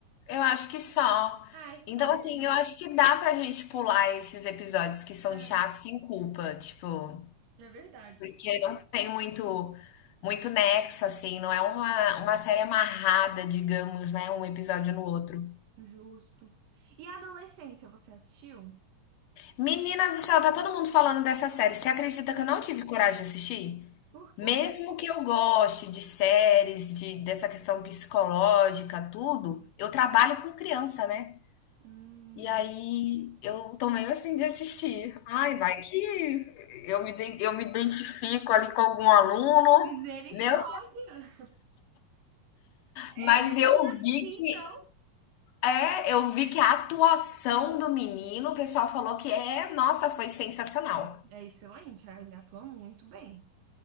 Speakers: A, on the left; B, on the right.
A: Eu acho que só.
B: É, só
A: Então, assim,
B: ele.
A: eu acho que dá pra gente pular esses episódios que são
B: É,
A: chatos sem culpa, tipo,
B: é verdade.
A: porque não tem muito muito nexo, assim, não é uma, uma série amarrada, digamos, né? Um episódio no outro.
B: Justo. E Adolescência, você assistiu?
A: Menina do céu, tá todo mundo falando dessa série. Você acredita
B: <laughs>
A: que eu não tive coragem de assistir?
B: Por quê?
A: Mesmo que eu goste de séries, de dessa questão psicológica, tudo, eu trabalho com criança, né?
B: Hum,
A: E
B: é.
A: aí eu tô meio assim de assistir. Ai, vai que eu me, iden- eu me identifico ali com algum aluno.
B: Misericórdia.
A: Meu
B: É,
A: mas
B: melhor
A: eu
B: não assistir,
A: vi
B: então.
A: que é, eu vi que a atuação do menino, o pessoal falou que é, nossa, foi sensacional.
B: É, é excelente, ah, ele atua muito bem.